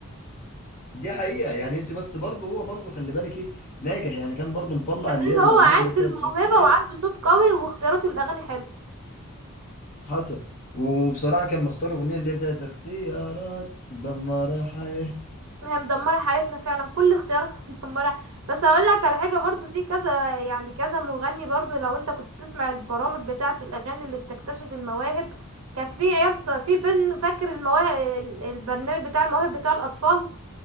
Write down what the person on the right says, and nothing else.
عشان
هو عنده
الموهبة
وعنده صوت قوي واختياراته للأغاني حلو
هي مدمرة حياتنا فعلا كل اختياراتنا <laughs> مدمرة بس هقول لك على حاجة برضو في كذا يعني كذا مغني برضو لو انت كنت بتسمع البرامج بتاعة الأغاني اللي بتكتشف المواهب كانت في عيال ص- في بن فاكر المواهب البرنامج بتاع المواهب بتاع الأطفال